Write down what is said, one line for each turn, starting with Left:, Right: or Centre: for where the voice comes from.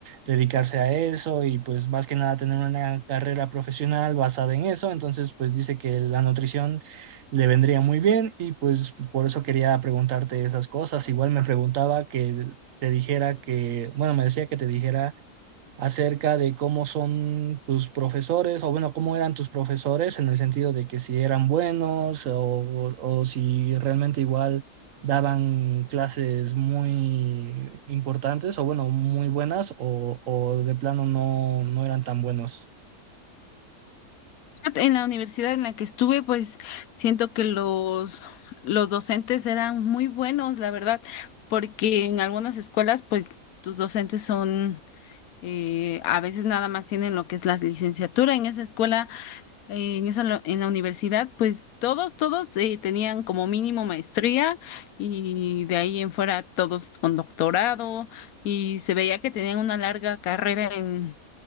Right: dedicarse a eso y pues más que nada tener una carrera profesional basada en eso. Entonces pues dice que la nutrición le vendría muy bien y pues por eso quería preguntarte esas cosas. Igual me preguntaba que te dijera que, bueno, me decía que te dijera acerca de cómo son tus profesores, o bueno, cómo eran tus profesores en el sentido de que si eran buenos o, o si realmente igual daban clases muy importantes o bueno, muy buenas o, o de plano no, no eran tan buenos.
Left: En la universidad en la que estuve, pues siento que los, los docentes eran muy buenos, la verdad, porque en algunas escuelas, pues tus docentes son, eh, a veces nada más tienen lo que es la licenciatura. En esa escuela eh, en esa, lo- en la universidad, pues todos, todos eh, tenían como mínimo maestría y de ahí en fuera todos con doctorado y se veía que tenían una larga carrera en,